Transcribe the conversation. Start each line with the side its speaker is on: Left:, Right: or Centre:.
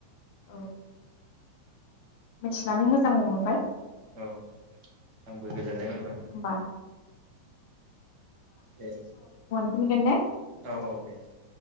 Left: औ मिथिनानै मोजांबो मोनबाय।
Right: औ आंबो गोजोननाय मोनबाय
Left: होमबा
Right: दे।
Left: बुंगोन ने?
Right: औ औ दे औ।